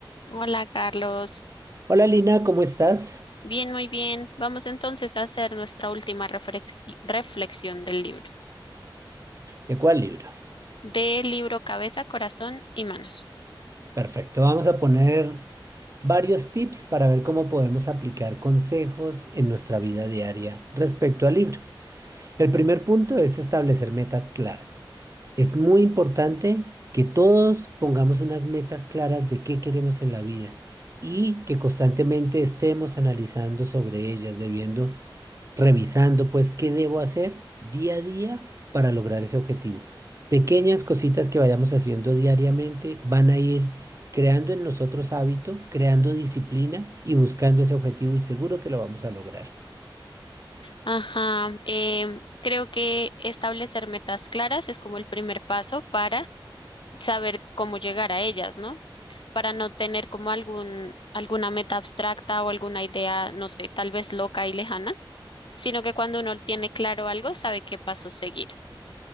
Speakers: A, on the left; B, on the right.
A: Hola, Carlos.
B: Hola Lina, ¿cómo estás?
A: Bien, muy bien. Vamos entonces a hacer nuestra última reflexi- reflexión del libro.
B: ¿De cuál libro?
A: Del libro Cabeza, Corazón y Manos.
B: Perfecto, vamos a poner varios tips para ver cómo podemos aplicar consejos en nuestra vida diaria respecto al libro. El primer punto es establecer metas claras. Es muy importante que todos pongamos unas metas claras de qué queremos en la vida y que constantemente estemos analizando sobre ellas, debiendo revisando, pues, qué debo hacer día a día para lograr ese objetivo. Pequeñas cositas que vayamos haciendo diariamente van a ir creando en nosotros hábito, creando disciplina y buscando ese objetivo y seguro que lo vamos a lograr.
A: Ajá. em, creo que establecer metas claras es como el primer paso para saber cómo llegar a ellas, ¿no? para no tener como algún, alguna meta abstracta o alguna idea, no sé, tal vez loca y lejana, sino que cuando uno tiene claro algo, sabe qué paso seguir.